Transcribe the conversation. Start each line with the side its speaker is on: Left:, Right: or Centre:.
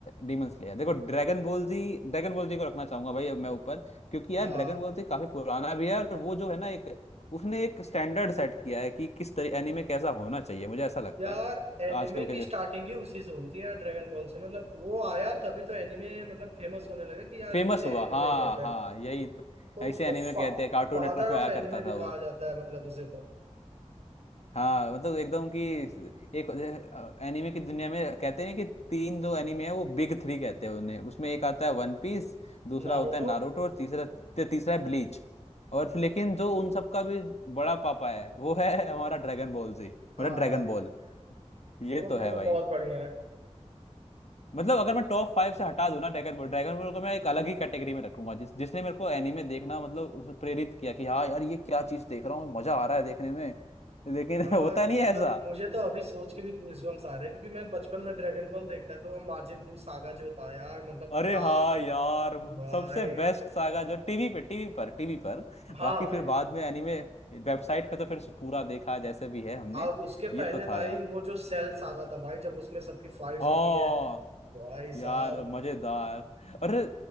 Left: डीमन स्लेयर देखो Dragon Ball Z Dragon Ball Z को रखना चाहूंगा भाई अब मैं ऊपर क्योंकि यार
Right: हाँ
Left: ड्रैगन बॉल जी काफी पुराना भी है और वो जो है ना एक उसने एक स्टैंडर्ड सेट किया है कि किस तरह एनीमे कैसा होना चाहिए मुझे ऐसा लगता
Right: यार
Left: है
Right: एनिमे
Left: तो आजकल
Right: की
Left: के
Right: स्टार्टिंग
Left: जो
Right: ही उसी से हुई थी यार ड्रैगन बॉल से मतलब वो आया तभी तो एनिमे मतलब फेमस होने लगा कि यार
Left: फेमस
Right: इसे
Left: हुआ
Right: एनिमे
Left: हाँ
Right: कहते हैं
Left: हाँ यही तो
Right: तो
Left: ऐसे
Right: उसको
Left: एनीमे
Right: फा,
Left: कहते हैं कार्टून
Right: फादर
Left: नेटवर्क पे
Right: ऑफ
Left: आया
Right: एनिमे
Left: करता
Right: भी
Left: था वो
Right: कहा जाता है मतलब उसे तो
Left: हाँ मतलब एकदम कि एक एनीमे की दुनिया में कहते हैं कि तीन जो एनीमे है वो बिग थ्री कहते हैं उन्हें उसमें एक आता है वन पीस दूसरा
Right: नारुतो
Left: होता है नारुतो और तीसरा ते- तीसरा है ब्लीच और फिर लेकिन जो उन सब का भी बड़ा पापा है वो है हमारा ड्रैगन बॉल जी
Right: हाँ
Left: मतलब ड्रैगन
Right: यार
Left: बॉल ये
Right: वो
Left: तो
Right: तो
Left: है
Right: मतलब
Left: भाई
Right: बहुत बढ़िया है
Left: मतलब अगर मैं टॉप फाइव से हटा दूं ना ड्रैगन बॉल ड्रैगन बॉल को मैं एक अलग ही कैटेगरी में रखूंगा जिस जिसने मेरे को एनीमे देखना मतलब उसने प्रेरित किया कि हाँ यार ये क्या चीज देख रहा हूँ मजा आ रहा है देखने में लेकिन
Right: यार
Left: <laughs> होता नहीं
Right: मतलब
Left: है ऐसा
Right: मुझे तो अभी सोच के भी गूजबम्स आ रहे हैं क्योंकि मैं बचपन में ड्रैगन बॉल देखता था तो वो मार्जिन बू सागा जो था यार मतलब
Left: अरे
Right: क्या
Left: हाँ यार
Right: भाई
Left: सबसे बेस्ट सागा जो टीवी पे टीवी पर टीवी पर
Right: हाँ
Left: बाकी
Right: भाई
Left: फिर बाद में एनीमे वेबसाइट पे तो फिर पूरा देखा जैसे भी है हमने
Right: और उसके
Left: ये
Right: पहले
Left: तो
Right: भाई
Left: था यार
Right: वो जो सेल सागा था भाई जब उसमें सबकी फाइट्स
Left: हाँ
Right: होती है भाई साहब
Left: यार मजेदार अरे